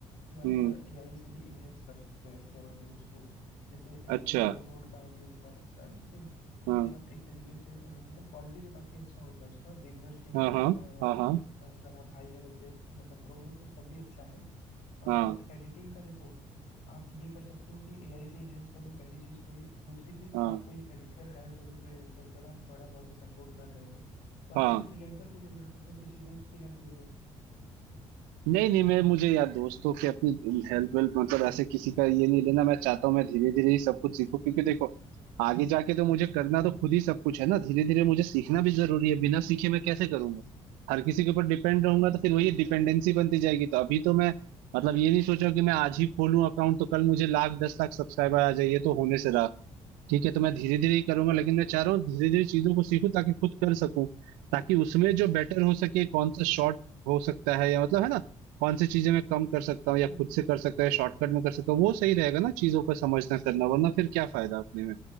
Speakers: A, on the left; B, on the right.
A: कि आप
B: हम्म
A: थोड़ा एआई से भी इनहेंस कर सकते हो ऐसे ऑडियोज को जैसे ये
B: अच्छा
A: जो रोड का ऑडियो रिकॉर्ड होता है ना तो उसमें
B: हाँ
A: आप एक तरीके से अ, मतलब क्वालिटी तो काफी अच्छा होता है उसका बिगनर्स के लिए
B: हाँ
A: भी
B: हाँ
A: अच्छा है और
B: हाँ हाँ
A: अगर आप हाई लेवल पे मतलब प्रो हो तो तब भी अच्छा है बट
B: हाँ
A: एडिटिंग का देखो आप ये कर सकते हो कि एआई से इनहेंस कर लो पहली चीज तो ये दूसरी चीज
B: हाँ
A: आप कोई एडिटर हायर कर लो फ्रीलांसर जब आप बड़ा प्रोजेक्ट अपलोड कर रहे हो तो आप
B: हाँ
A: किसी फ्रीलांसर को ले लो या तो अपने किसी दोस्त की हेल्प ले लो
B: नहीं नहीं मैं मुझे
A: उसको
B: यार
A: एडिट
B: दोस्तों
A: करने के लिए
B: के अपनी हेल्प वेल्प मतलब ऐसे किसी का ये नहीं लेना मैं चाहता हूँ मैं धीरे धीरे ही सब कुछ सीखूं क्योंकि देखो आगे जाके तो मुझे करना तो खुद ही सब कुछ है ना धीरे धीरे मुझे सीखना भी जरूरी है बिना सीखे मैं कैसे करूंगा हर किसी के ऊपर डिपेंड रहूंगा
A: हाँ
B: तो
A: वो
B: फिर वही
A: तो
B: डिपेंडेंसी
A: है यार
B: बनती जाएगी तो अभी तो मैं मतलब ये नहीं सोचा कि मैं आज ही खोलूं अकाउंट तो कल मुझे लाख दस लाख सब्सक्राइबर आ जाए ये तो होने से रहा ठीक है तो मैं धीरे धीरे ही करूंगा
A: हाँ
B: लेकिन
A: हाँ
B: मैं
A: वो
B: चाह रहा
A: तो
B: हूँ
A: है
B: धीरे
A: <laughs>
B: धीरे चीजों को सीखूं ताकि खुद कर सकूं ताकि उसमें जो बेटर हो सके कौन सा शॉर्ट हो सकता है या मतलब है ना कौन सी चीजें मैं कम कर सकता हूँ या
A: हम्म,
B: खुद
A: हम्म,
B: से कर
A: हम्म।
B: सकता है शॉर्टकट में कर सकता हूँ वो सही रहेगा ना चीजों का समझना करना वरना फिर क्या फायदा अपने में